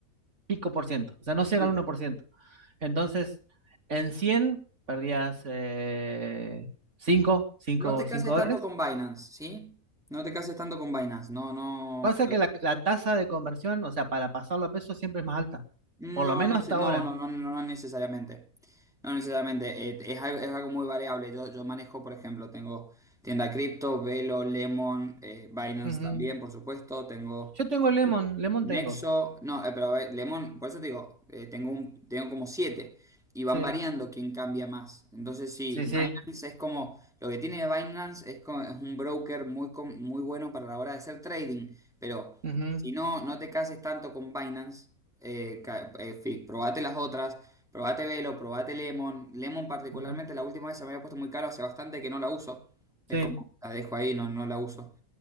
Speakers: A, on the right; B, in the centre.
A: pico por ciento, o sea, no llega
B: Sí.
A: al uno por ciento entonces, en 100 perdías eh, cinco cinco
B: no te cases tanto
A: dólares.
B: con Binance, ¿sí? No te cases tanto con Binance, no, no.
A: Pasa que la, la tasa de conversión, o sea, para pasarlo a pesos siempre es más alta.
B: No,
A: Por lo menos
B: nece-
A: hasta
B: no,
A: ahora.
B: no, no, no necesariamente. No necesariamente. Eh, es algo, es algo muy variable. Yo, yo manejo, por ejemplo, tengo tienda cripto, Velo, Lemon, eh, Binance
A: Ujú.
B: también, por supuesto. Tengo
A: Yo tengo Lemon, Lemon
B: Nexo,
A: tengo.
B: no, eh, pero a ver, Lemon, por eso te digo, eh, tengo un, tengo como siete y van
A: Sí,
B: variando quién cambia más. Entonces sí,
A: sí, sí.
B: Binance es como, lo que tiene Binance es, como- es un broker muy, com- muy bueno para la hora de hacer trading, pero
A: Ujú,
B: si no, no te cases tanto con Binance, eh, ca- eh, fi- probate las otras, probate Velo, probate Lemon. Lemon particularmente
A: ujú.
B: la última vez se me había puesto muy caro, hace bastante que no la uso.
A: Sí,
B: Es como, la dejo ahí, no, no la uso.